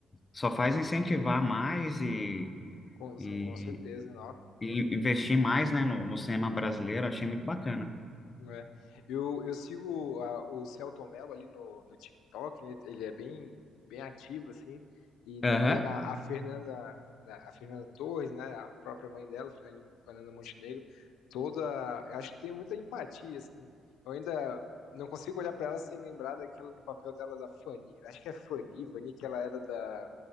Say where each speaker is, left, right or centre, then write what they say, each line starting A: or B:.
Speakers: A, on the left; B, on the left.
A: só faz incentivar mais e,
B: Com,
A: e,
B: são, com certeza, não.
A: e investir mais, né, no, no cinema brasileiro. Achei muito bacana.
B: Né? Eu, eu sigo a- o Celton Mello ali no, no TikTok, né? Ele é bem, bem ativo, assim, e também
A: Aham,
B: a, a Fernanda, né, a Fernanda Torres, né? A própria mãe dela, Fernanda, Fernanda Montenegro, toda, eu acho que tem muita empatia, assim, eu ainda não consigo olhar para ela sem lembrar daquela no papel dela da Fanny, acho que é Fanny, Vani, que ela era da